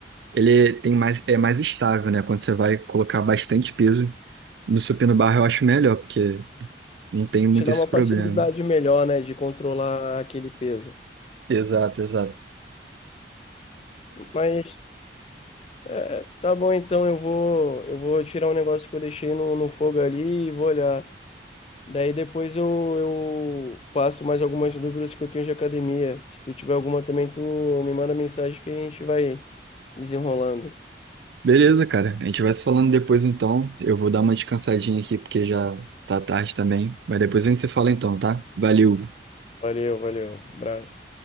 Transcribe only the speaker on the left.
te dá
uma
facilidade melhor, né, de controlar aquele peso.
Mas é, tá bom, então eu vou eu vou tirar um negócio que eu deixei no, no fogo ali e vou olhar. Daí depois eu, eu passo mais algumas dúvidas que eu tenho de academia. Se tu tiver alguma também, tu me manda mensagem que a gente vai desenrolando.
Valeu, valeu. Abraço.